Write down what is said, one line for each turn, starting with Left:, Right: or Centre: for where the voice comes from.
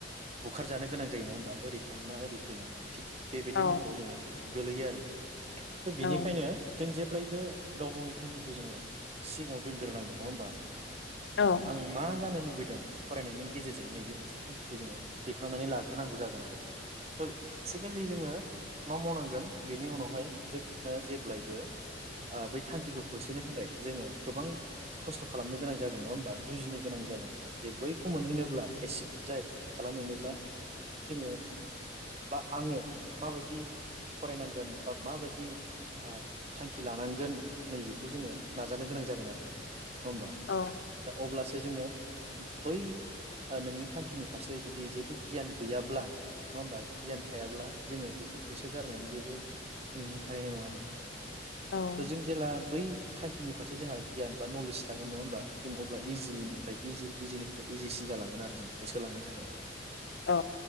Right: बुखारजानो गोनां जायो नङा होनोमबा ओरै थाङोना ओरै फैनो थिग बेबायदि
Left: औ
Right: महराव जोङो गोलैयो आरो थ'
Left: औ
Right: बिनिखायनो जों जे जेब्लायबो गाव-गावनि थांखिखौ जोङो सिगाङाव दोनग्रोनांगोन नङा होमबा?
Left: औ
Right: आं मा जानो लु लुबैदों फरायनायनि गेजेरजों नैबे मोनसे थांखिखौ जोङो दैखांनानै लाग्रोनांगौ जागोन आरोखि। थ' सेकेणडलि जोङो मा मावनांगोन बेनि उनावहाय जोङो जेब्लायबो ओ बै थांखिखौ होसोनो थाखाय जोङो गोबां खस्थ' खालामनो गोनां जागोन नङा होमबा जुजिनो गोनां जागोन जे बैखौ मोनहैनोब्ला एसिभ जाय खालामहैनोब्ला जोङो बा आङो माबायदि फरायनांगोन बा माबायदि ओ थांखि लानांगोन नैबेखौ जोङो नाजानो गोनां जागोन आरोखि। होमबा
Left: औ
Right: दा अब्लासो जोङो बै ओ नोंनि थांखिनि फारसे जुदि जेबो गियान गैयाब्ला नङा होमबा गियान थायाब्ला जोङो बेखौ होसोगारनायनि जेबो मिनिं थाहैनाय नङा आरो।
Left: औ
Right: जों जेला बै थांखिनि फारसे जोंहा गियान बा नलेज थागोन नङा होमबा। जों अब्ला इजिनिफ्राय इजि इजिनिफ्राय इजिसिन जालांगोन आरो जों होसोलांनो थाखाय।
Left: औ